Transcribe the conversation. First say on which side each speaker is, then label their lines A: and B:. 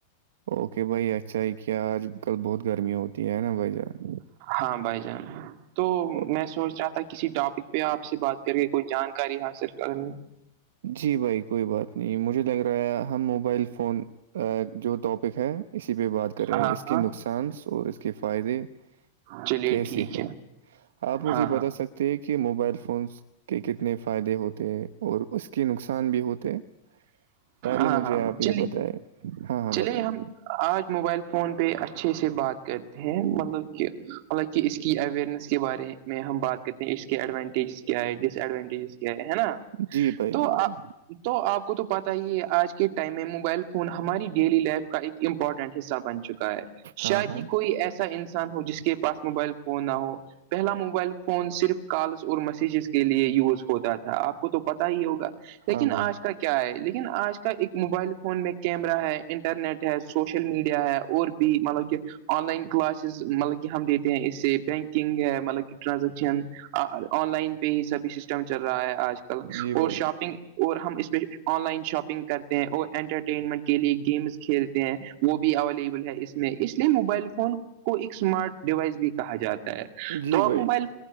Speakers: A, on the right; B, on the right.
A: اوکے بھائی اچھا ہے کیا آج کل بہت گرمییا ہوتی ہے نا بھائی جان
B: ہاں بھائی جان تو
A: او-
B: میں سوچ رہا تھا کسی ٹاپک پہ آپ سے بات کر کے کوئی جانکاری حاصل کرنے
A: جی بھائی کوئی بات نہیں مجھے لگ رہا ہے ہم موبائل فون جو ٹاپک ہے اسی پہ بات کریں
B: ہاں
A: اس کے
B: ہاں
A: نقصان اور اس کے فائدے
B: چلیے
A: کیسی
B: ٹھیک
A: ہے آپ مجھے
B: ہاں
A: بتا
B: ہاں
A: سکتے تھ کہ موبائل فونس کے کتنے فائدے ہوتے ہیں اور اس کی نقصان بھی ہوتے پہلے
B: ہاں
A: مجھے
B: ہاں
A: آپ یہ
B: چلیے
A: بتائیں ہاں ہاں
B: چلے
A: بتائیں
B: ہم آج موبائل فون پہ اچھے سے بات کر ہیں مطلب کہ مطلب کہ اس کی اوئرنیس کے بارے میں ہم بات کرتے ہیں اس کے ایڈوانٹیجز کیا ہے ڈس ایڈوانٹیجز کیا ہے ہے نا
A: جی بھائی
B: تو
A: جی بھائی
B: تو آپ کو تو پتا ہی آج کے کے ٹائم میں موبائل فون ہماری ڈیلی لائف کا ایک امپورٹنٹ حصہ بن چکا ہے
A: ہاں
B: شاید
A: ہاں
B: ہی کوئی ایسا انسان ہو جس کے پاس موبائل فون نہ ہو پہلا موبائل فون صرف کالس اور میسجز کے لیے یوز ہوتا تھا آپ کو تو پتا ہی ہوگا لیکن
A: ہاں بھائی
B: آج کا کیا ہے لیکن آج کا ایک موبائل فون میں کیمرہ ہے انٹرنیٹ ہے سوشل میڈیا ہے اور بھی مطلب کہ آن لائن کلاسز مطلب کہ ہم دیتے ہیں اس سے بینکنگ ہے مطلب کہ ٹرانزیکشن آن لائن پہ ہی سبھی سسٹم چل رہا ہے آج کل
A: جی
B: اور
A: بھائی
B: شاپنگ اور ہم اسپ آن لائن شاپنگ کرتے ہیں اور انٹرٹین منٹ کے لیے گیمس کھیلتے ہیں وہ بھی اویلیبل ہے اس میں اس لیے موبائل فون کو ایک اسمارٹ ڈیوائس بھی کہا جاتا ہے
A: جی
B: تو
A: بھائی
B: موبائل